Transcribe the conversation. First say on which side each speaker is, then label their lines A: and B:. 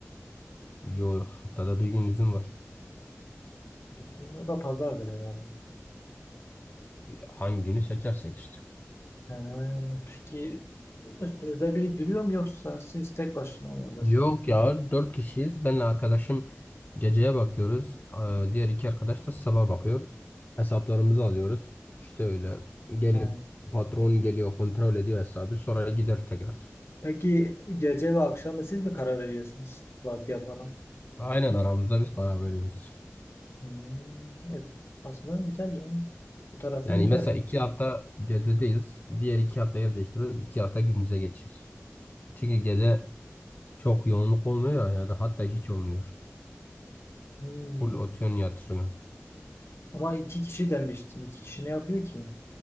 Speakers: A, on the left; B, on the left.
A: Yo haftada bir gün izin var.
B: Bir gün o da pazardır herhalde.
A: Hangi günü seçersek işte.
B: He, peki üstünüzde biri duruyor mu yoksa siz tek başına mı oradasınız?
A: Yok ya 4 kişiyiz. Benle arkadaşım geceye bakıyoruz. Ee, diğer iki arkadaş da sabah bakıyor. Hesaplarımızı alıyoruz. İşte öyle. Gelip
B: He.
A: patron geliyor kontrol ediyor hesabı. Sonra gider tekrar.
B: Peki gece ve akşamı siz mi karar veriyorsunuz? Vardiya falan.
A: Aynen aramızda biz karar veriyoruz.
B: Hmm, e, aslında güzel yani. Bu tarafı
A: Yani
B: güzel.
A: mesela iki hafta gecedeyiz. Diğer iki hafta yer değiştiriyoruz. iki hafta gündüze geçiyoruz. Çünkü gece çok yoğunluk olmuyor ya da hatta hiç olmuyor.
B: Hmm.
A: Full otuyon yatırımı.
B: Ama iki kişi demiştin. İki kişi ne yapıyor ki?